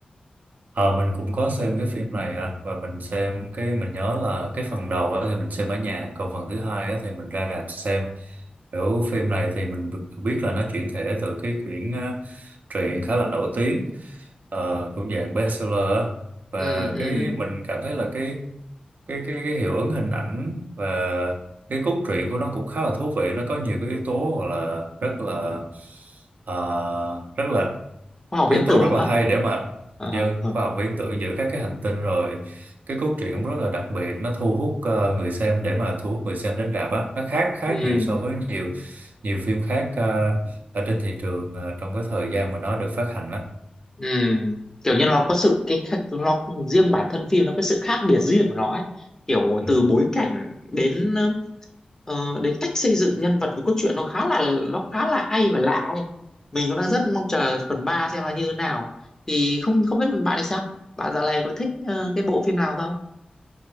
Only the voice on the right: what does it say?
Ờ, mình cũng có xem cái phim này à, và mình xem cái mình nhớ là cái phần đầu á thì mình xem ở nhà còn phần thứ hai á thì mình ra rạp xem kiểu phim này thì mình bi- biết là nó chuyển thể từ cái quyển truyện khá là nổi tiếng ờ, cũng dạng bestseller á. và
cái mình cảm thấy là cái cái cái cái hiệu ứng hình ảnh và cái cốt truyện của nó cũng khá là thú vị nó có nhiều cái yếu tố gọi là rất là ờ, rất là
yếu
tố
rất là
hay để mà
dân
khoa học viễn tưởng giữa các cái hành tinh rồi cái cốt truyện cũng rất là đặc biệt nó thu hút ờ, người xem để mà thu hút người xem đến rạp á nó khác khá
nhiều so với nhiều nhiều phim khác ờ, ở trên thị trường ờ, trong cái thời gian mà nó được phát hành á
Ừ.